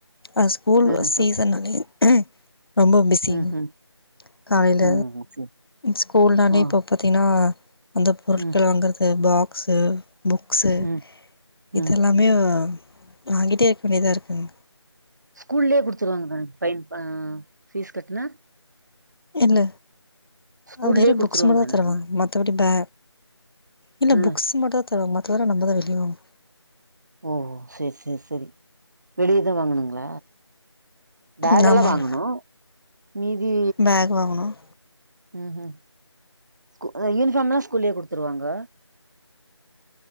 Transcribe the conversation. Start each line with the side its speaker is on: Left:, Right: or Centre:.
Left: அ ஸ்கூல்
Right: ம்
Left: சீசன்னாலே ரொம்ப பிஸ்ஸிங்க
Right: ம் ம்
Left: காலையில
Right: ம் சேரி
Left: ஸ்கூல்னாலே
Right: ஆ
Left: இப்போ பாத்தீனா அந்த பொருட்கள
Right: ம்
Left: வாங்குறது பாக்ஸு புக்சு
Right: ம்
Left: இதெல்லாமே
Right: ம்
Left: வாங்கிட்டே இருக்க வேண்டியதா இருக்குங்
Right: ஸ்கூல்லயே குடுத்துருவாங்க மே பைன் ஃபீஸ் கட்னா
Left: இல்ல
Right: ஸ்கூல்லயே
Left: அ வெறு
Right: குடுத்துருவாங்க
Left: புக்ஸ் மட்டு தான்
Right: தான
Left: தருவாங்
Right: எல்லா
Left: மத்தபடி பே இல்ல
Right: ம்
Left: புக்ஸ் மட்டுதான் தருவங் மத்தவல்ல நம்மதான் வெளிய வாங்கு
Right: ஓ சேர்சேர்சேரி வெளியதான் வாங்கனு ங்கள
Left: வாங்கனு
Right: பேக் எல்லாம்
Left: ஆமாங்க
Right: வாங்கணும் மீதி
Left: பேக் வாங்கணும்
Right: ம் ஹும் ஸ்கூ அ யூனிஃபாம்லா ஸ்கூலயே குடுத்துருவாங்க